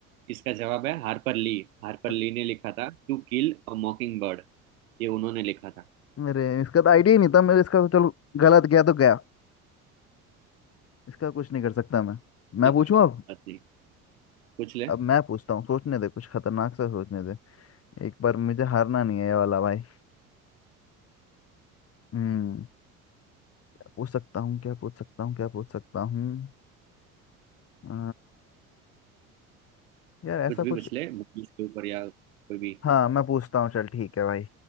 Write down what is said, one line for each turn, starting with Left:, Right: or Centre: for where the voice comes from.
Right: इसका जवाब है हार्पर ली हार्पर
Left: अ-
Right: ली ने लिखा था to kill a mockingbird ये उन्होंने लिखा था
Left: मेरे इसका तो आइडिया ही नहीं था मेरे इसका तो चलो गलत गया तो गया इसका कुछ नहीं कर सकता मैं मैं
Right: चल, कोई
Left: पूछूं अब
Right: बात नहीं पूछ ले
Left: अब मैं पूछता हूँ सोचने दे कुछ खतरनाक सा सोचने दे एक बार मुझे हारना नहीं है ये वाला भाई हम्म क्या पूछ सकता हूँ क्या पूछ सकता हूँ क्या पूछ सकता हूँ अ, यार ऐसा
Right: कुछ भी
Left: कुछ
Right: पूछ ले मूवीज के ऊपर या कोई भी
Left: हाँ मैं पूछता हूँ चल ठीक है भाई